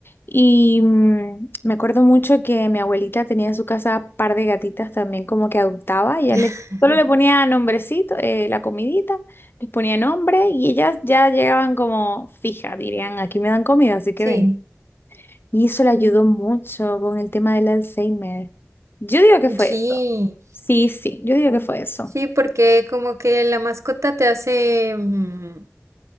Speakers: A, on the left; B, on the right.
A: Y mm, me acuerdo mucho que mi abuelita tenía en su casa par de gatitas también como que adoptaba. Ella
B: <laughs>
A: les, solo le ponía nombrecito, eh, la comidita, les ponía nombre y ellas ya llegaban como fija, dirían, aquí me dan comida, así que
B: Sí,
A: ven. Y eso le ayudó mucho con el tema del Alzheimer. Yo digo que fue
B: sí.
A: eso. Sí, sí, yo digo que fue eso.
B: Sí, porque como que la mascota te hace, mm,